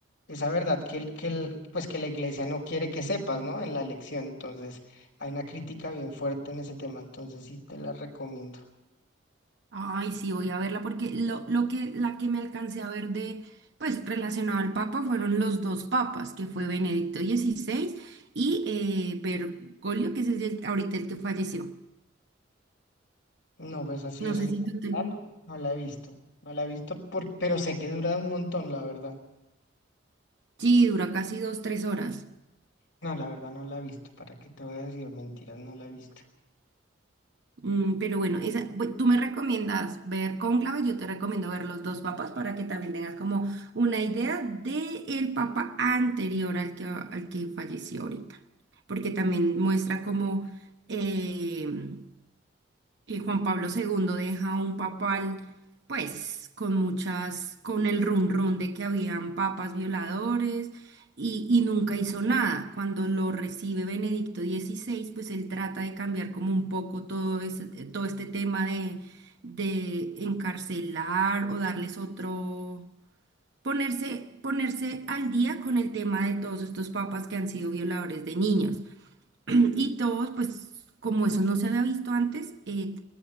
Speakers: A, on the left (about 70°); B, on the right (about 60°).
A: Esa verdad que, el- que, el- pues que la iglesia no quiere que sepas, ¿no? En la elección. Entonces, hay una crítica bien fuerte en ese tema, entonces sí te la recomiendo.
B: Ay, sí, voy a verla porque lo, lo que, la que me alcancé a ver de, pues relacionado al Papa fueron los dos papas, que fue Benedicto XVI y eh, Bergoglio, que es el, de- ahorita el que falleció.
A: No, pues así
B: No
A: es así.
B: sé si tú te...
A: Ah, no, no la he visto. No la he visto, por- pero sé que dura un montón, la verdad.
B: Sí, dura casi dos, tres horas.
A: No, la verdad no la he visto. ¿Para qué te voy a decir mentiras? No la he visto.
B: Mm, pero bueno, esa, bu- tú me recomiendas ver Cónclave, yo te recomiendo ver los dos papas para que también tengas como una idea del papa anterior al que, al que falleció ahorita, porque también muestra como eh, Y Juan Pablo segundo deja un papal, pues, con muchas, con el run run de que habían papas violadores y, y nunca hizo nada. Cuando lo recibe Benedicto dieciséis, pues él trata de cambiar como un poco todo ese- todo este tema de, de encarcelar o darles otro, ponerse, ponerse al día con el tema de todos estos papas que han sido violadores de niños. Y todos, pues como eso no se había visto antes, eh,